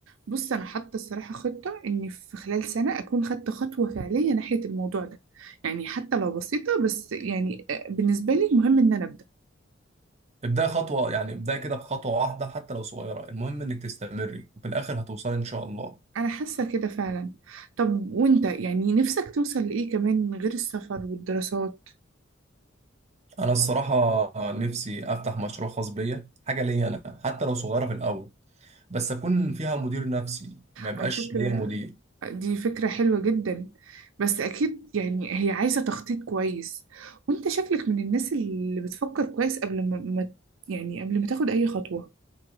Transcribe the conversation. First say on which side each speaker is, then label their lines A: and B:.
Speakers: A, on the right; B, on the right.
A: بص انا حاطه الصراحه خطه اني في خلال سنه اكون خدت خطوه فعليه ناحيه الموضوع ده يعني حتى لو بسيطه بس يعني آه، بالنسبه لي مهم ان انا ابدا
B: ابدأي خطوه يعني ابدأي كده بخطوه واحده حتى لو صغيره المهم انك تستمري وفي الاخر هتوصلي ان شاء الله
A: انا حاسه كده فعلا طب وانت يعني نفسك توصل لايه كمان غير السفر والدراسات
B: انا الصراحه نفسي افتح مشروع خاص بيا حاجه ليا انا حتى لو صغيره في الاول بس اكون فيها مدير نفسي ما يبقاش
A: على فكره
B: ليا مدير
A: دي فكرة حلوة جدا بس أكيد يعني هي عايزة تخطيط كويس وأنت شكلك من الناس اللي بتفكر كويس قبل ما ما- يعني قبل ما تاخد أي خطوة